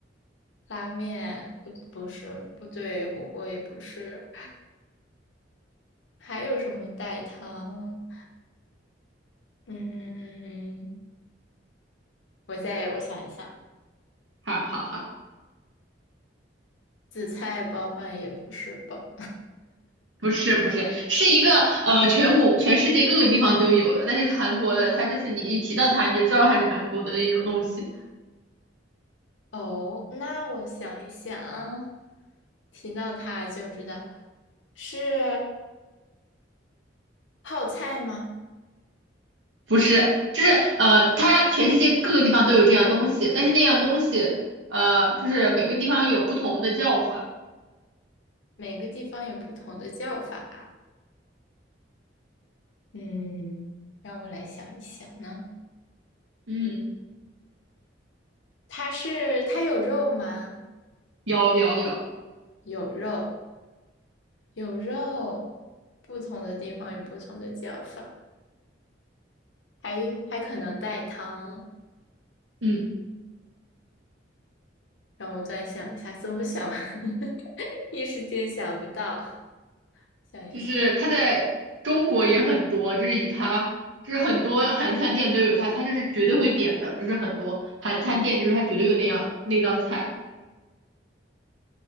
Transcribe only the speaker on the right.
好好好，
不是不是，是一个呃，全国全世界各个地方都有的，但是韩国的它就是你一提到它，你就知道它是韩国的那种东西。
不是，就是呃，它全世界各个地方都有这样东西，但是那样东西，呃，就是每个地方有不同的叫法。
嗯，
有有有，
嗯，
就是它在中国也很多，就是以它，就是很多韩餐店都有它，它就是绝对会点的，就是很多韩餐店就是它绝对有那样那道菜。